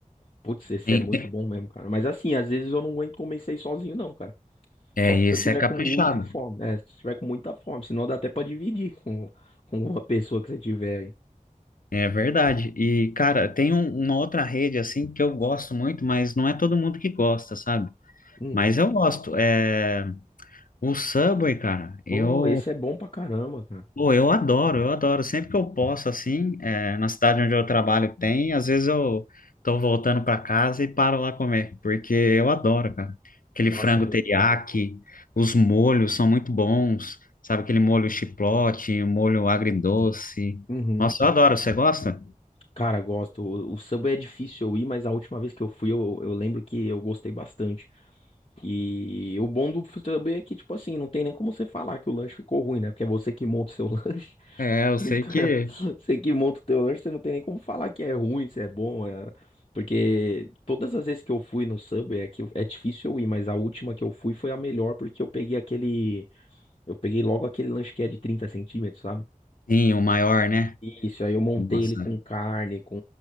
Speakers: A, on the left; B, on the left.
A: Putz, esse
B: Tem,
A: é muito bom mesmo, cara. Mas assim, às vezes eu não aguento comer isso aí sozinho, não, cara.
B: É,
A: Só se
B: esse
A: eu tiver
B: é caprichado.
A: com muita fome, né? Se tiver com muita fome, senão dá até pra dividir com, com uma pessoa que você tiver aí.
B: É verdade. E, cara, tem um- uma outra rede, assim, que eu gosto muito, mas não é todo mundo que gosta, sabe?
A: Hum.
B: Mas eu gosto. É... O Subway, cara, eu
A: Pô, esse é bom pra caramba, cara.
B: Pô, eu adoro, eu adoro. Sempre que eu posso, assim, é, na cidade onde eu trabalho tem, às vezes eu tô voltando para casa e paro lá comer, porque eu adoro, cara. Aquele
A: Nossa,
B: frango
A: é muito
B: teriyaki,
A: bom.
B: os molhos são muito bons, sabe? Aquele molho chipotle, o molho agridoce.
A: Uhum.
B: Nossa, eu adoro. Você gosta?
A: Cara, gosto. O, o Subway é difícil eu ir, mas a última vez que eu fui, eu, eu lembro que eu gostei bastante. E o bom do Subway é que, tipo assim, não tem nem como você falar que o lanche ficou ruim, né? Porque é você que monta o seu <laughs> lanche.
B: É, eu
A: Então,
B: sei que.
A: <laughs> você que monta o teu lanche, você não tem nem como falar que é ruim, se é bom. é- Porque todas as vezes que eu fui no Subway, é que é difícil eu ir, mas a última que eu fui foi a melhor, porque eu peguei aquele. Eu peguei logo aquele lanche que é de 30 centímetros, sabe?
B: Sim, o maior, né?
A: Isso, aí eu montei
B: Nossa,
A: ele com carne, com.